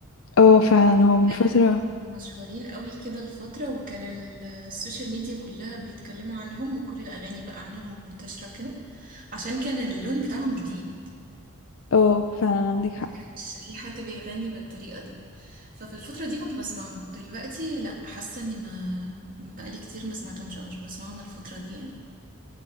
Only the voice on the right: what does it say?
كانوا
مشهورين قوي كده الفترة وكان ال- السوشيال ميديا كلها بيتكلموا عنهم وكل الأغاني بقى عنهم منتشرة كده عشان كان اللون بتاعهم جديد
ما كانش في حد بيغني بالطريقة دي ففي الفترة دي كنت بسمعهم دلوقتي لا حاسة اني ما بقالي كتير ما سمعتهمش او مش بسمعهم الفترة دي يعني